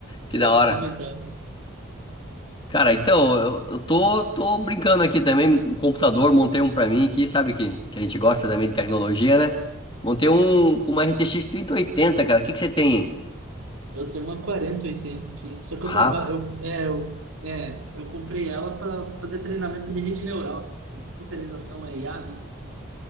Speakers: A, on the left; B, on the right.
A: Que
B: É,
A: da hora.
B: aproveitar.
A: Cara, então, eu, eu tô, tô brincando aqui também. Um computador, montei um pra mim aqui, sabe que, que a gente gosta também de tecnologia, né? Montei um com uma RTX oitenta, cara. O que que você tem?
B: Eu tenho uma quarenta oitenta aqui. Só que
A: Ah,
B: eu trabalho. Eu, é, eu, é, eu comprei ela para fazer treinamento de rede neural, né? A minha especialização é IA, né?